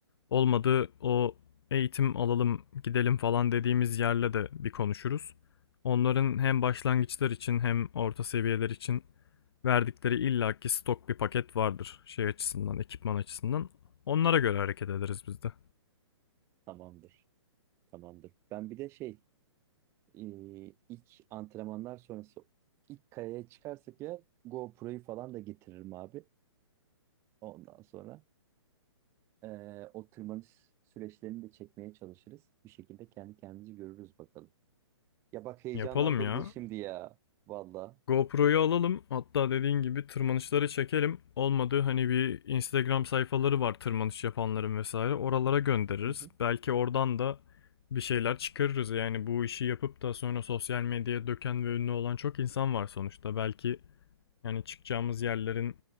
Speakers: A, on the left; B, on the right.
A: Olmadı o eğitim alalım gidelim falan dediğimiz yerle de bir konuşuruz. Onların hem başlangıçlar için hem orta seviyeler için verdikleri illaki stok bir paket vardır şey açısından, ekipman açısından. Onlara göre hareket ederiz biz de.
B: Tamamdır. Tamamdır. Ben bir de şey e, ilk antrenmanlar sonrası ilk kayaya çıkarsak ya GoPro'yu falan da getiririm abi. Ondan sonra e, o tırmanış süreçlerini de çekmeye çalışırız. Bir şekilde kendi kendimizi görürüz bakalım. Ya bak heyecanlandırdın
A: Yapalım ya.
B: şimdi ya. Valla.
A: GoPro'yu alalım. Hatta dediğin gibi tırmanışları çekelim. Olmadı hani bir Instagram sayfaları var tırmanış yapanların vesaire. Oralara göndeririz.
B: Hı hı.
A: Belki oradan da bir şeyler çıkarırız. Yani bu işi yapıp da sonra sosyal medyaya döken ve ünlü olan çok insan var sonuçta. Belki yani çıkacağımız yerlerin